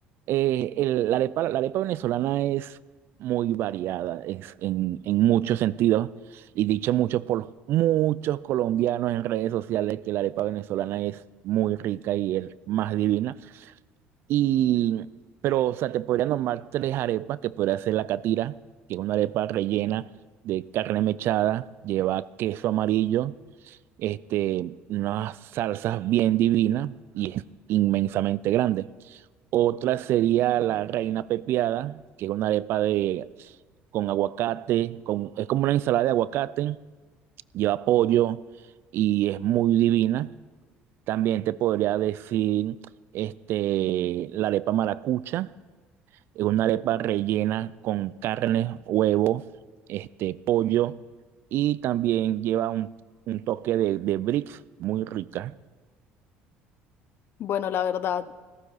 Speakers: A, on the right (about 60°); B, on the left (about 55°).
A: eh, el- la arepa, la arepa venezolana es muy variada es en, en muchos sentidos y dicho mucho por muchos colombianos en redes sociales que la arepa venezolana es muy rica y es más divina. Y, pero, o sea, te podría nombrar tres arepas que podría ser la catira, que es una arepa rellena de carne mechada, lleva queso amarillo, este, unas salsas bien divinas y es inmensamente grande. Otra sería la reina pepiada, que es una arepa de, con aguacate, con, es como una ensalada de aguacate, lleva pollo y es muy divina. También te podría decir este, la arepa maracucha, es una arepa rellena con carne, huevo, este, pollo y también lleva un, un toque de, de brix muy rica.
B: Bueno, la verdad,